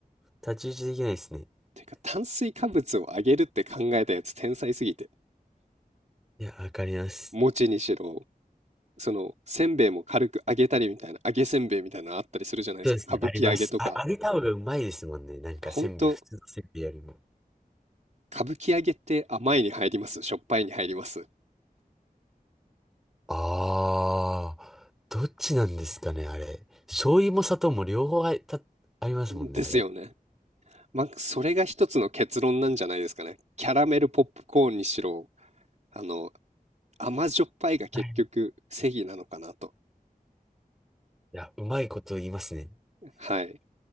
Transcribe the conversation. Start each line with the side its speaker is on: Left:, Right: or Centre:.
Centre: 太刀打ちできないですね。
Right: てか炭水化物を上げるって考えたやつ天才すぎて
Centre: いや、わかります。
Right: 餅にしろそのせんべいも軽く揚げたりみたいな揚げせんべいみたいなのあったりするじゃないですか歌舞伎揚げとか
Centre: そうですね、あります。あ、揚げた方がうまいですもんね。なんかせんべい、
Right: ほんと
Centre: 普通のせんべいよりも。
Right: 歌舞伎揚げって甘いに入りますしょっぱいに入ります
Centre: ああ、どっちなんですかね、あれ。醤油も砂糖も両方あ、た、ありますもんね、
Right: ですよね
Centre: あれ。
Right: まあそれが一つの結論なんじゃないですかねキャラメルポップコーンにしろあの甘じょっぱいが結局正義なのかなと
Centre: はいいや、うまいこと言いますね。
Right: はい